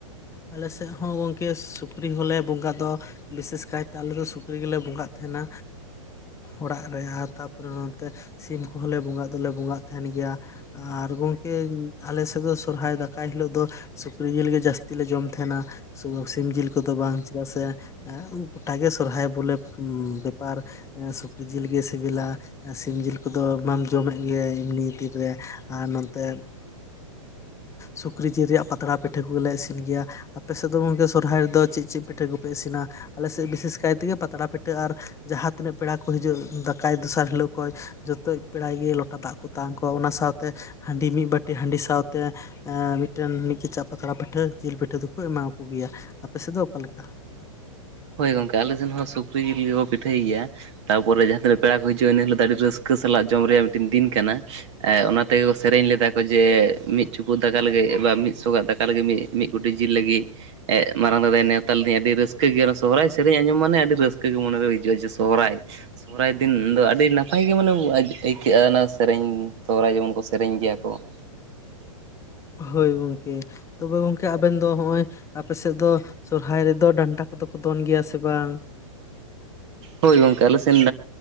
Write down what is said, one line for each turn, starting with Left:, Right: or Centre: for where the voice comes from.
Left: ᱟᱞᱮ ᱥᱮᱜ ᱦᱚᱸ ᱜᱚᱝᱠᱮ ᱥᱩᱠᱨᱤ ᱦᱚᱸᱞᱮ ᱵᱚᱸᱜᱟ ᱫᱚ ᱵᱤᱥᱮᱥ ᱠᱟᱭᱛᱮ ᱟᱞᱮ ᱫᱚ ᱥᱩᱠᱨᱤ ᱜᱮᱞᱮ ᱵᱚᱸᱜᱟᱜ ᱛᱟᱦᱮᱱᱟ᱾ ᱚᱲᱟᱜ ᱨᱮ ᱟᱨ ᱛᱟᱨᱯᱚᱨᱮ ᱱᱚᱱᱛᱮ ᱥᱤᱢ ᱠᱚᱦᱚᱸᱞᱮ ᱵᱚᱸᱜᱟᱜ ᱫᱚᱞᱮ ᱵᱚᱸᱜᱟᱜ ᱛᱟᱦᱮᱱ ᱜᱮᱭᱟ᱾ ᱟᱨ ᱜᱚᱝᱠᱮ ᱟᱞᱮ ᱥᱮᱫ ᱫᱚ ᱥᱚᱨᱦᱟᱭ ᱫᱟᱠᱟᱭ ᱦᱤᱞᱳᱜ ᱫᱚ ᱥᱩᱠᱨᱤ ᱡᱤᱞ ᱜᱮ ᱡᱟᱹᱥ ᱛᱤᱞᱮ ᱡᱚᱢ ᱛᱟᱦᱮᱱᱟ᱾ ᱥᱩᱫᱷᱩ ᱥᱤᱢ ᱡᱤᱞ ᱠᱚᱫᱚ ᱵᱟᱝ, ᱪᱮᱫᱟᱜ ᱥᱮ ᱜᱚᱴᱟᱜᱮ ᱥᱚᱨᱦᱟᱭ ᱵᱚᱞᱮ ᱵᱮᱯᱟᱨ᱾ ᱥᱩᱠᱨᱤ ᱡᱤᱞ ᱜᱮ ᱥᱮᱵᱮᱞᱟ᱾ ᱥᱤᱢ ᱡᱤᱞ ᱠᱚᱫᱚ ᱵᱟᱢ ᱡᱚᱢᱮᱫ ᱜᱮᱭᱟ ᱮᱢᱱᱤ ᱫᱤᱱᱨᱮ ᱟᱨ ᱱᱚᱛᱮ ᱥᱩᱠᱨᱤ ᱡᱤᱞ ᱨᱮᱭᱟᱜ ᱯᱟᱛᱲᱟ ᱯᱤᱴᱷᱟᱹ ᱠᱚᱞᱮ ᱤᱥ ᱤᱥᱤᱱ ᱜᱮᱭᱟ ᱾ ᱟᱯᱮ ᱥᱮᱫ ᱫᱚ ᱜᱚᱢᱠᱮ ᱥᱚᱨᱦᱟᱭ ᱨᱮᱫᱚ ᱪᱮᱫ ᱪᱮᱫ ᱯᱤᱴᱷᱟᱹ ᱠᱚᱯᱮ ᱤᱥᱤᱱᱟ? ᱟᱞᱮ ᱥᱮᱫ ᱵᱤᱥᱮᱥ ᱠᱟᱭ ᱛᱮᱜᱮ ᱯᱟᱛᱲᱟ ᱯᱤᱴᱷᱟᱹ᱾ ᱟᱨ ᱡᱟᱸᱦᱟ ᱛᱤᱱᱟᱹᱜ ᱯᱮᱲᱟ ᱠᱚ ᱦᱤᱡᱩᱜ ᱫᱟᱠᱟᱭ ᱫᱚᱥᱟᱨ ᱦᱤᱞᱳᱜ ᱠᱷᱚᱡ ᱡᱚᱛᱚ ᱯᱮᱲᱟᱭ ᱜᱮ ᱞᱚᱴᱟ ᱫᱟᱜ ᱠᱚ ᱛᱟᱝ ᱠᱚᱣᱟ ᱚᱱᱟ ᱥᱟᱶᱛᱮ ᱦᱟᱺᱰᱤ ᱢᱤᱫ ᱵᱟᱹᱴᱤ ᱦᱟᱺᱰᱤ ᱥᱟᱶᱛᱮ ᱮ ᱢᱤᱫᱴᱮᱱ ᱢᱤᱫ ᱠᱮᱪᱟᱜ ᱯᱟᱛᱲᱟ ᱯᱤᱴᱷᱟᱹ ᱡᱤᱞ ᱯᱤᱴᱷᱟᱹ ᱫᱚᱠᱚ ᱮᱢᱟᱣ ᱠᱚ ᱜᱮᱭᱟ ᱾ ᱟᱯᱮ ᱥᱮᱫ ᱫᱚ ᱚᱠᱟ ᱞᱮᱠᱟ?
Right: ᱦᱳᱭ ᱜᱚᱝᱠᱮ ᱾ ᱟᱞᱮ ᱥᱮᱱ ᱦᱚᱸ ᱥᱩᱠᱨᱤ ᱡᱤᱞ ᱜᱮᱠᱚ ᱯᱤᱴᱷᱟᱹᱭ ᱜᱮᱭᱟ ᱾ ᱛᱟᱨᱯᱚᱨᱮ ᱡᱟᱸᱦᱟ ᱛᱤᱱᱟᱹᱜ ᱯᱮᱲᱟ ᱠᱚ ᱦᱤᱡᱩᱜᱼᱟ, ᱮᱱᱹ ᱦᱤᱞᱳᱜ ᱫᱚ ᱟᱹᱰᱤ ᱨᱟᱹᱥᱠᱟᱹ ᱥᱟᱞᱟᱜ ᱡᱚᱢ ᱨᱮᱭᱟᱜ ᱢᱤᱫᱴᱮᱱ ᱫᱤᱱ ᱠᱟᱱᱟ ᱾ ᱮᱜ ᱚᱱᱟ ᱛᱮᱜᱮ ᱥᱮᱨᱮᱧ ᱞᱮᱫᱟ ᱠᱚ ᱡᱮ ᱢᱤᱫ ᱪᱩᱯᱩᱫ ᱫᱟᱠᱟ ᱞᱟᱹᱜᱤᱫ ᱵᱟ ᱢᱤᱫ ᱥᱚᱜᱟᱜ ᱫᱟᱠᱟ ᱞᱟᱹᱜᱤᱫ ᱢᱤᱫ ᱢᱤᱫᱠᱩᱴᱤ ᱡᱤᱞ ᱞᱟᱹᱜᱤᱫ ᱢᱟᱨᱟᱝ ᱫᱟᱫᱟᱭ ᱱᱮᱣᱛᱟ ᱞᱮᱫᱤᱧᱼᱟ, ᱟᱹᱰᱤ ᱨᱟᱹᱥᱠᱟᱹ ᱜᱮ ᱥᱚᱨᱦᱟᱭ ᱥᱮᱨᱮᱧ ᱟᱸᱡᱚᱢ ᱢᱟᱱᱮ ᱟᱹᱰᱤ ᱨᱟᱹᱥᱠᱟᱹ ᱜᱮ ᱢᱚᱱᱮᱨᱮ ᱦᱤᱡᱩᱜᱼᱟ ᱡᱮ ᱥᱚᱨᱦᱟᱭ ᱥᱚᱨᱦᱟᱭ ᱫᱤᱱ ᱫᱚ ᱟᱹᱰᱤ ᱱᱟᱯᱟᱭ ᱜᱮ ᱢᱟᱱᱮ ᱟᱹᱭᱠᱟᱹᱜᱼᱟ ᱚᱱᱟ ᱥᱮᱨᱮᱧ ᱥᱚᱨᱦᱟᱭ ᱡᱮᱢᱚᱱ ᱠᱚ ᱥᱮᱨᱮᱧ ᱜᱮᱭᱟ ᱠᱚ
Left: ᱦᱳᱭ ᱜᱚᱝᱠᱮ ᱛᱚᱵᱮ ᱜᱚᱝᱠᱮ ᱟᱵᱮᱱ ᱫᱚ ᱦᱚᱜᱼᱚᱭ, ᱟᱯᱮ ᱥᱮᱫ ᱫᱚ ᱥᱚᱨᱦᱟᱭ ᱨᱮᱫᱚ ᱰᱟᱱᱴᱟ ᱠᱚᱫᱚ ᱠᱚ ᱫᱚᱱ ᱜᱮᱭᱟ ᱥᱮ ᱵᱟᱝ?
Right: ᱦᱳᱭ ᱜᱚᱝᱠᱮ ᱟᱞᱮ ᱥᱮᱱ